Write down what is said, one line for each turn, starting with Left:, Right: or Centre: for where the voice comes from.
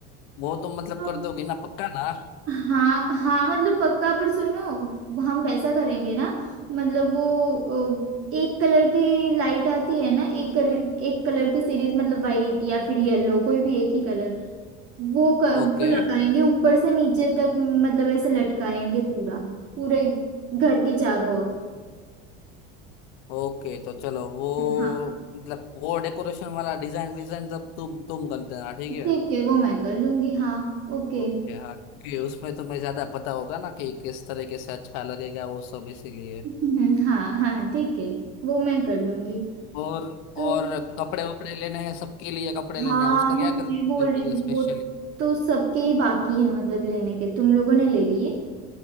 Left: वो तुम मतलब
Right: तो
Left: कर दोगे ना पक्का ना
Right: हाँ हाँ मतलब पक्का पर सुनो हम वैसा करेंगे ना मतलब वो अ, एक कलर की लाइट आती है ना एक कलर एक कलर की सीरीज मतलब वाइट या फिर येलो कोई भी एक ही कलर वो क, वो
Left: ओके
Right: लगाएंगे ऊपर से नीचे तक मतलब ऐसे लटकाएंगे पूरा पूरे घर के चारों ओर
Left: ओके तो चलो वो
Right: हाँ
Left: मतलब वो डेकोरेशन वाला डिजाइन विजाइन सब तुम तुम कर देना ठीक है
Right: ठीक है वो मैं कर लूंगी हाँ ओके
Left: ओके हाँ क्योंकि उसमें तुम्हें ज्यादा पता होगा ना कि किस तरीके से अच्छा लगेगा वो सब इसीलिए
Right: हम्म, हाँ हाँ ठीक है वो मैं कर लूंगी
Left: और
Right: तो
Left: और कपड़े वपड़े लेने हैं सबके लिए कपड़े
Right: हाँ
Left: लेने हैं उसका
Right: मैं
Left: क्या
Right: वही
Left: कर कपड़े
Right: बोल
Left: के
Right: रही
Left: लिए
Right: थी
Left: स्पेशली
Right: वो तो सबके ही बाकी है मतलब लेने के तुम लोगों ने ले लिए